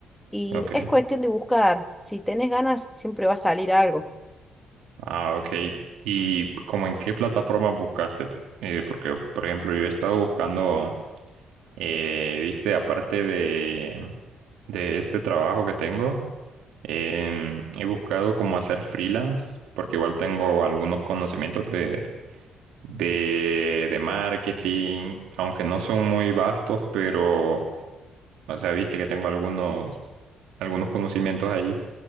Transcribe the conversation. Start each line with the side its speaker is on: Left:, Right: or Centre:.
Centre: Y
Right: Ok.
Centre: es cuestión de buscar. Si tenés ganas, siempre va a salir algo.
Right: Ah, ok. ¿Y como en qué plataforma buscaste? Eh, porque, por ejemplo, yo he estado buscando, eh, viste, aparte de, de este trabajo que tengo, em, he buscado cómo hacer freelance, porque igual tengo algunos conocimientos de, de, de marketing, aunque no son muy vastos, pero, o sea, viste que tengo algunos, algunos conocimientos ahí.